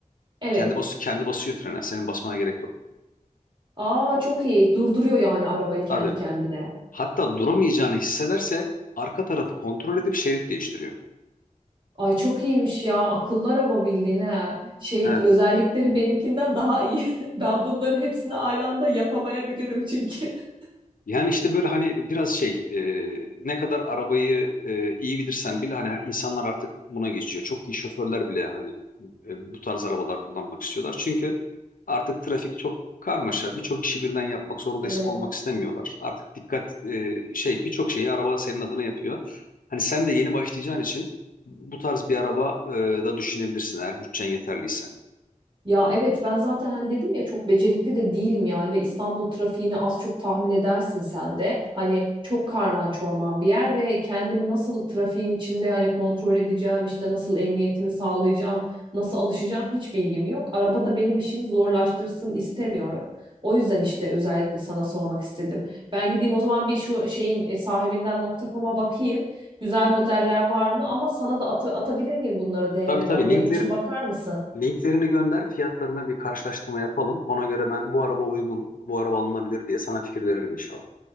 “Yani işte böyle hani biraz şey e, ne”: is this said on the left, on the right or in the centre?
Left